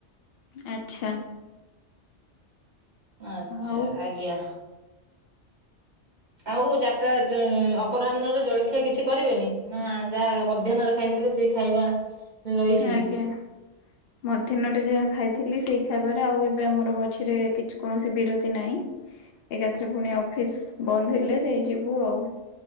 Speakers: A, on the left (about 60°); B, on the right (about 40°).
A: ଆଚ୍ଛା
B: ଆଚ୍ଛା
A: ଆଉ
B: ଆଜ୍ଞା ଆଉ ଚାରିଟା ଅପରାହ୍ନରେ ଜଳଖିଆ କିଛି କରିବେନି ନା ଯାହା ମଧ୍ୟାହ୍ନରେ ଖାଇ ଥିଲେ ସେଇ ଖାଇବା ରହିଯିବେ?
A: ଆଜ୍ଞା ମଧ୍ୟା୍ନରେ ଯାହା ଖାଇଥିଲି ସେଇ ଖାଇବାରେ ଆଉ ଏବେ ଆମର ମଝିରେ କିଛି କୌଣସି ବିରତି ନାହିଁ ଏକାଥରେ ପୁଣି ଅଫିସ ବନ୍ଦ ହେଲେ ଯାଇଯିବୁ ଆଉ